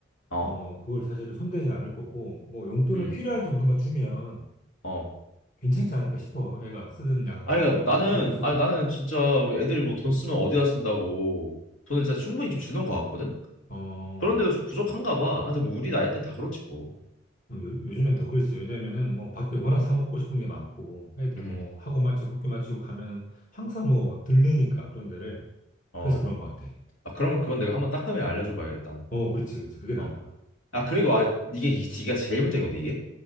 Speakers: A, on the left; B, on the left.
A: 어,
B: 어 그걸 사실은 손대지 않을 거고 뭐 용돈을
A: 음,
B: 필요할 정도만 주면
A: 어.
B: 괜찮지 않을까 싶어 애가 쓰는 양
A: 아니, 그러니까
B: 어느 정도
A: 나는,
B: 같이 약속을
A: 아니,
B: 하고
A: 나는 진짜 애들이 뭐 돈 쓰면 어디다 쓴다고 돈을 진짜 충분히 좀 주는 것 같거든?
B: 어
A: 그런데도 좀 부족한가 봐. 아, 근데 뭐 우리 나이 때는 다 그렇지 뭐.
B: 요, 요즘엔 더 그렇지 요즘에는 뭐 밖에 워낙 사 먹고 싶은 게 많고 애들
A: 음.
B: 뭐 학원 마치고 학교 마치고 가면은 항상 뭐 들르니까 그런 데를
A: 어.
B: 그래서 그런 것 같아
A: 아, 그러면 그건 내가 한번 따끔히 알려줘 봐야겠다.
B: 어 그렇지 그렇지 그게 나을
A: 어.
B: 거야
A: 아, 그리고 아, 이게 이- 이게 제일 문제거든, 이게.